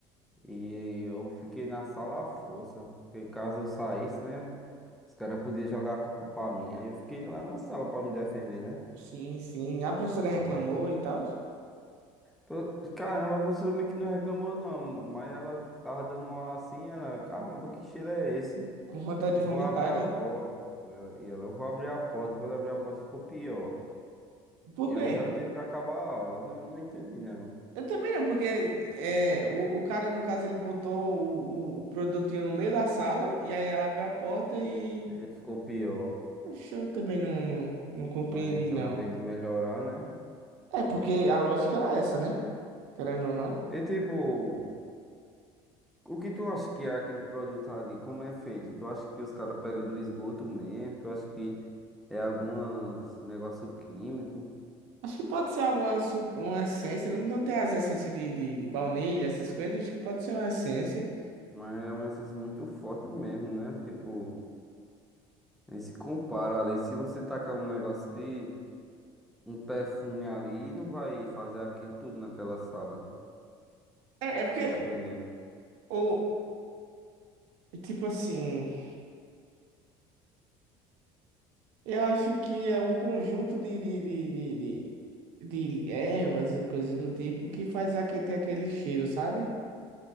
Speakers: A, in the centre; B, on the right (about 80°).
A: E eu fiquei na sala à força. Porque caso eu saísse, né? Os caras podiam jogar a culpa pra mim. Aí eu fiquei lá na sala pra me defender, né?
B: Sim, sim. A professora reclamou
A: Agora,
B: e tal.
A: pro- caramba, a professora meio que não reclamou, não. Mas ela tava dando uma aula assim, ela, caramba, que cheiro é esse?
B: Com vontade
A: Eu
B: de vomitar.
A: vou abrir a
B: né?
A: porta. né? E ela, eu vou abrir a porta. Quando abriu a porta, ficou pior.
B: Por
A: E
B: quê?
A: aí ela teve que acabar a aula. Não, não entendi, não.
B: Eu também não, porque é, o, o cara, no caso, ele botou o, o, o produtinho no meio da sala e aí ela abriu a porta e.
A: E aí Ficou pior.
B: Oxe, Eu também não, não, não compreendi,
A: Mas então,
B: não.
A: em vez de melhorar, né?
B: É, porque a lógica era essa, né? Querendo ou não.
A: E tipo. O que tu acha que é aquele produto ali? Como é feito? Tu acha que os caras pegam do esgoto mesmo? Tu acha que é algum negócio químico?
B: Acho que pode ser alguma su- uma essência, não, não tem as essências de, de, de baunilha, essas coisas, acho que pode ser uma essência.
A: Mas é uma essência muito forte mesmo, né? Tipo, nem se compara ali. Se você tacar um negócio de um perfume ali, não vai fazer aquilo tudo naquela sala,
B: É, é porque,
A: dependendo.
B: ou, tipo assim. Eu acho que é um conjunto de, de, de, de, de- de ervas e coisas do tipo que faz aqui ter aquele cheiro, sabe?